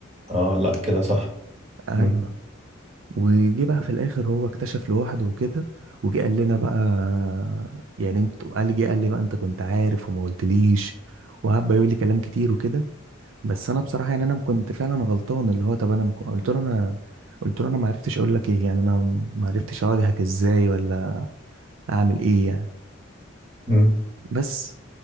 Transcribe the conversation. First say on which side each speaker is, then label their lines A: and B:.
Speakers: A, on the right (about 35°); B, on the right (about 75°).
A: اه لا كده صح
B: ايوه
A: مم.
B: وجي بقى في الاخر هو اكتشف لوحده وكده وجي قال لنا بقى يعني انت قال جه قال لي بقى انت كنت عارف وما قلتليش وقعد بقى يقول لي كلام كتير وكده بس انا بصراحه يعني انا كنت فعلا غلطان اللي هو طب انا مك... قلت له انا قلت له انا ما عرفتش اقول لك ايه يعني انا ما عرفتش اواجهك ازاي ولا اعمل ايه يعني
A: مم.
B: بس